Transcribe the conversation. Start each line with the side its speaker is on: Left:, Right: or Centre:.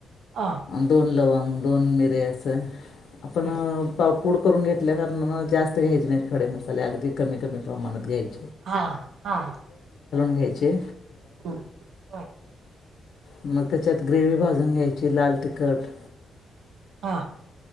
Right: हा
Left: दोन लवण. दोन मिरे अस आपण
Right: हं.
Left: पाव कूड करून घेतल्या कारणा जास्त घ्यायचे नाहीत खडे मसाले अगदी कमी कमी प्रमाणात घ्यायचे.
Right: हा हा.
Left: घयचे.
Right: हम हा.
Left: मग त्याच्यात ग्रेवी भाजून घ्यायची लाल तिखट.
Right: हां